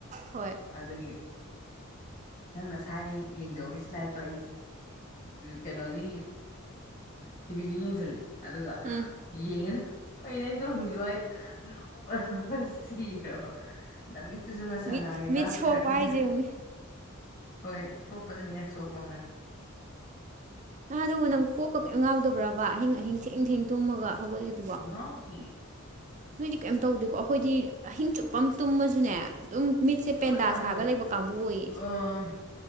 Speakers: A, on the right; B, on the left.
A: ꯍꯣꯏ
B: ꯑꯗꯨꯒꯤ ꯅꯪ ꯅ ꯁꯥꯏꯅ ꯌꯦꯡꯖꯧꯅꯤ ꯁꯂꯥꯏꯠꯇꯣ ꯑꯩ ꯀꯩꯅꯣꯅꯤ ꯇꯤꯚꯤꯁꯨ ꯌꯦꯡꯁꯤꯜꯂꯦ ꯑꯗꯨꯒ
A: ꯎꯝ
B: ꯌꯦꯡꯉꯦꯅ ꯀꯩꯅꯣ ꯑꯩꯅ ꯇꯧꯔꯝꯃꯤꯁꯨ ꯍꯥꯏꯏꯗ ꯅꯣꯛ꯭ꯔ ꯅ ꯁꯤꯔꯕ ꯅꯨꯃꯤꯠꯇꯨꯁꯨ ꯉꯁꯥꯡ
A: ꯃꯤꯠ
B: ꯉꯥꯡꯉꯦ
A: ꯃꯤꯠ
B: ꯗꯥꯛꯁ
A: ꯁꯣꯛꯄ
B: ꯍꯥꯏꯔꯀꯗ
A: ꯍꯥꯏꯁꯦ ꯌꯦꯡꯉꯨꯅꯦ
B: ꯍꯣꯏ ꯆꯣꯄꯗꯅꯤ ꯆꯣꯄꯦ
A: ꯅꯍꯥ ꯑꯗꯨꯕꯨ ꯅꯪ ꯀꯣꯛꯀ ꯀꯩꯝ ꯉꯥꯎꯗꯕ꯭ꯔꯕ ꯑꯍꯤꯡ ꯑꯍꯤꯡ ꯊꯦꯡ ꯊꯦꯡ ꯇꯨꯝꯃꯒ ꯍꯧꯒꯠꯂꯤꯕ
B: ꯉꯥꯎꯗꯤ
A: ꯅꯣꯏꯗꯤ ꯀꯩꯝ ꯇꯧꯗꯦꯀꯣ ꯑꯩꯈꯣꯏꯗꯤ ꯑꯍꯤꯡ ꯆꯨꯞꯄ ꯑꯃ ꯇꯨꯝꯃꯁꯨꯅꯦ ꯑꯗꯨꯝ ꯃꯤꯠꯁꯦ ꯄꯦꯟꯗꯥ
B: ꯑꯗꯣ ꯁꯨꯃꯥꯏꯅ
A: ꯁꯥꯒ
B: ꯇꯧꯋꯦꯗ
A: ꯂꯩꯕ ꯀꯥꯡꯕꯨ ꯑꯣꯏꯌꯦ
B: ꯑꯝ